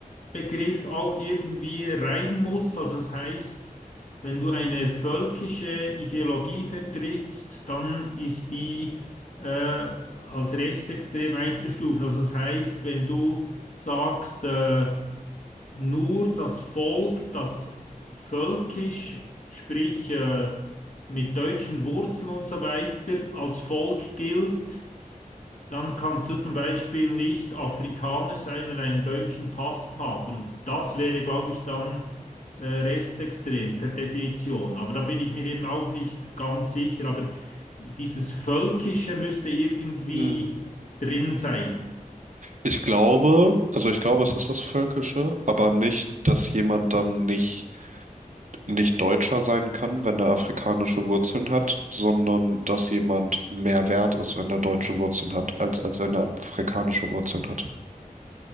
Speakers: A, on the left; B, on the right.
A: Begriff auch irgendwie rein muss. Also das heißt, wenn du eine völkische Ideologie vertrittst, dann ist die äh, als rechtsextrem einzustufen. Also das heißt, wenn du sagst, äh, nur das Volk, das völkisch, sprich äh, mit deutschen Wurzeln und so weiter, als Volk gilt, dann kannst du zum Beispiel nicht Afrikaner sein und einen deutschen Pass haben. Und das wäre, glaube ich, dann äh, rechtsextrem per Definition. Aber da bin ich mir eben auch nicht ganz sicher. Aber dieses Völkische müsste irgendwie
B: hm.
A: drin sein.
B: ich glaube, also ich glaube, es ist das Völkische, aber nicht, dass jemand dann nicht, nicht Deutscher sein kann, wenn er afrikanische Wurzeln hat, sondern dass jemand mehr wert ist, wenn er deutsche Wurzeln hat, als, als wenn er afrikanische Wurzeln hat.